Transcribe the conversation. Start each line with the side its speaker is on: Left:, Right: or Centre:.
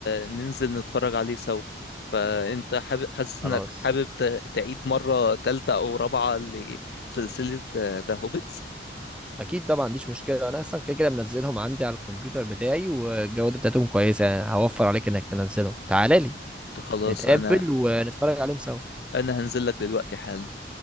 Left: ننزل نتفرج عليه سوا فانت حابب حاسس
Centre: خلاص
Left: انك حابب ت- تعيد مرة تالتة او رابعة لسلسلة ذا هوبيتس
Centre: اكيد طبعا مفيش مشكله انا اصلا كده كده منزلهم عندي على الكمبيوتر بتاعي والجوده بتاعتهم كويسه يعني هوفر عليك انك تنزلهم تعالى لي
Left: خلاص
Centre: نتقابل
Left: انا
Centre: ونتفرج عليهم سوا
Left: انا هنزل لك دلوقتي حالا